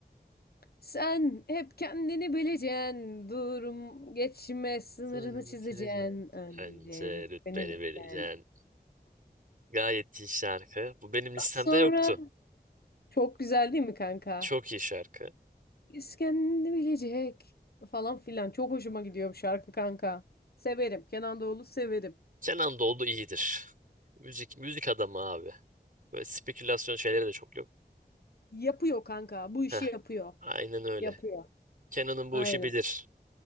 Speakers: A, on the left; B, on the right.
A: Sen hep kendini bileceksin, durum geçme sınırını
B: Sana ben
A: çizeceksin,
B: vereceğim.
A: önce
B: Bence
A: rütbeni
B: rütbeni
A: bileceksin.
B: vereceksin. Gayet iyi şarkı. Bu benim listemde
A: Ondan sonra
B: yoktu.
A: çok güzel değil mi kanka?
B: Çok iyi şarkı.
A: Biz kendini bilecek falan filan. Çok hoşuma gidiyor bu şarkı kanka. Severim. Kenan Doğulu severim.
B: Kenan Doğulu iyidir. Müzik müzik adamı abi. Böyle spekülasyon şeyleri de çok yok.
A: Yapıyor kanka. Bu
B: Heh,
A: işi yapıyor.
B: aynen öyle.
A: Yapıyor.
B: Kenan'ın bu
A: Aynen.
B: işi bilir.